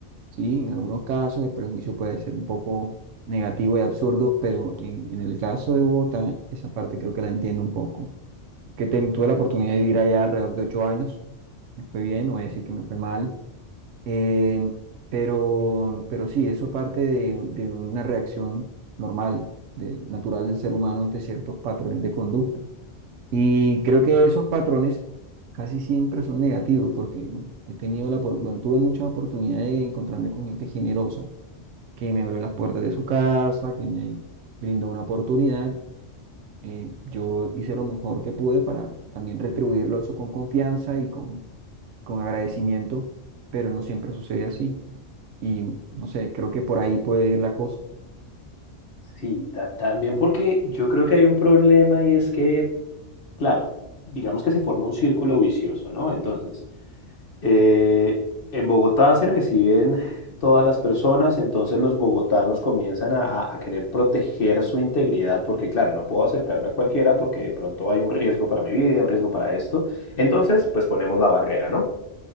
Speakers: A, on the right; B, on the left.
A: ¿sí? En algunos casos el prejuicio puede ser un poco negativo y absurdo, pero en, en el caso de Bogotá, esa parte creo que la entiendo un poco. Que ten- tuve la oportunidad de vivir allá alrededor de ocho años, me fue bien, no voy a decir que me fue mal, eh, pero, pero sí, eso parte de, de una reacción normal, de- natural del ser humano ante ciertos patrones de conducta. Y creo que esos patrones casi siempre son negativos porque, bueno, he tenido la, opor- bueno, tuve mucha oportunidad de encontrarme con gente generosa que me abrió las puertas de su casa, que me brindó una oportunidad. Eh, yo hice lo mejor que pude para también retribuirlo eso con confianza y con, con agradecimiento, pero no siempre sucede así. Y no sé, creo que por ahí puede ir la cosa.
B: Sí, ta- también porque yo creo que hay un problema y es que, claro, digamos que se forma un círculo vicioso, ¿no? Entonces, eh, en Bogotá se reciben todas las personas, entonces los bogotanos comienzan a, a- a querer proteger su integridad porque, claro, no puedo acercarme a cualquiera porque de pronto hay un riesgo para mi vida, un riesgo para esto. Entonces, pues ponemos la barrera, ¿no?